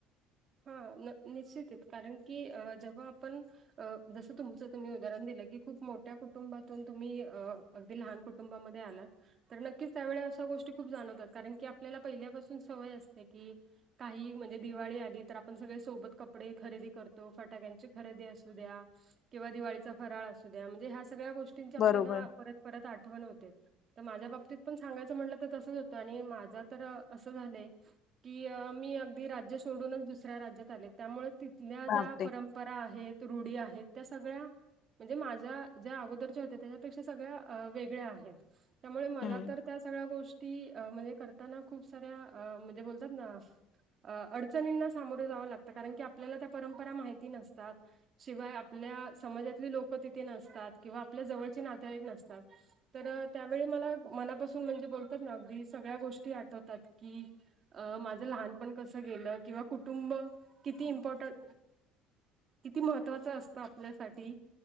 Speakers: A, on the right; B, on the left.
A: हा निश्चित कारण की जेव्हा आपण अ जसं तुमचं तुम्ही उदाहरण दिलं की खूप मोठ्या कुटुंबातून तुम्ही अ अगदी लहान कुटुंबामध्ये आलात तर नक्कीच त्यावेळी अशा गोष्टी खूप जाणवतात कारण की आपल्याला पहिल्यापासून सवय असते की काही म्हणजे दिवाळी आली तर आपण सगळे सोबत कपडे खरेदी करतो फटाक्यांची खरेदी असू द्या किंवा दिवाळीचा फराळ असू द्या म्हणजे ह्या सगळ्या गोष्टींची आपल्याला
B: बरोबर.
A: परत परत आठवण होते. तर माझ्या बाबतीत पण सांगायचं म्हटलं तर तसंच होतं आणि माझा तर असं झालंय की मी अगदी राज्य सोडूनच दुसऱ्या राज्यात आले त्यामुळे तिथल्या ज्या
B: बापरे!
A: परंपरा परंपरा आहेत रुढी आहेत त्या सगळ्या म्हणजे माझ्या ज्या अगोदरच्या होत्या त्याच्यापेक्षा सगळ्या वेगळ्या आहेत. त्यामुळे मला
B: हं.
A: तर त्या सगळ्या गोष्टी ती करताना खूप सार्‍या बोलतात ना अडचणी सामोरे जावं लागतं कारण की आपल्याला त्या परंपरा माहिती नसतात. शिवाय आपल्या समाजातली लोकं तिथे नसतात किंवा आपल्या जवळचे नातेवाईक नसतात. तर त्यावेळी मला मनापासून म्हणजे बोलतात ना अगदी सगळ्या गोष्टी आठवतात की अ माझं लहानपण कसं गेलं किंवा कुटुंब किती इम्पॉर्टंट किती महत्वाच असतं आपल्यासाठी